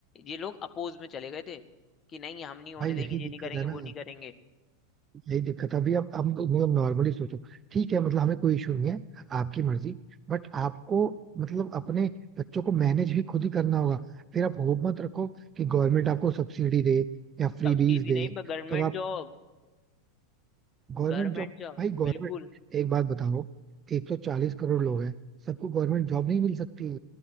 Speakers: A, on the left; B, on the right.
A: ये लोग अपोज में चले गए थे कि नहीं हम नहीं होने
B: भाई
A: देंगे
B: यही दिक्कत
A: ये नहीं करेंगे
B: है
A: वो
B: ना
A: नहीं करेंगे
B: यही दिक्कत है। अभी अब हम मतलब नॉर्मली सोचो ठीक है मतलब हमें कोई इशू नहीं है आपकी मर्जी बट आपको मतलब अपने बच्चों को मैनेज भी खुद ही करना होगा फिर आप होप मत रखो कि गवर्नमेंट आपको सब्सिडी दे या फ्रीबीज
A: सब्सिडी
B: दे
A: नहीं गवर्नमेंट
B: तब आप
A: जॉब
B: गवर्नमेंट
A: गवर्नमेंट
B: जॉब
A: जॉब
B: भाई गवर्नमेंट
A: बिल्कुल
B: एक बात बताओ एक सौ चालीस करोड़ लोग हैं सबको गवर्नमेंट जॉब नहीं मिल सकती